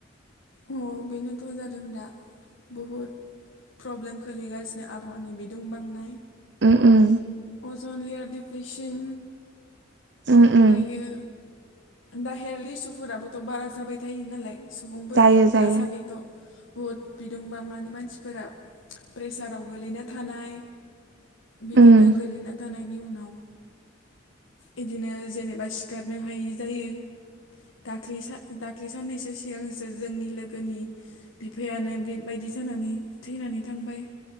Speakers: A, on the left; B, on the right.
A: अ बेनोथ' जादों दा बहुद प्रब्लेम खोलैगासिनो आबहावानि बिदुं बांनाय
B: उम उम
A: अज'न लेयार दिप्रेसोन
B: उम
A: ओमफायो
B: उम
A: दा हेल्थ इसुफोराबोथ' बारा जाबाय थायो नालाय सुबुंफोरनियाव
B: जायो जायो
A: दासान्दिथ' बहुद बिदुं बांनानै मानसिफोरा प्रेसाराव गोलैना थानाय बिदिनो
B: उम
A: गोलैना थानायनि उनाव बिदिनो जेनेबा सिखारनो हायि जायो। दाखलि सा दाखलि साननैसो सिगांसो जोंनि लोगोनि बिफायानो बेबायदि जानानै थैनानै थांबाय।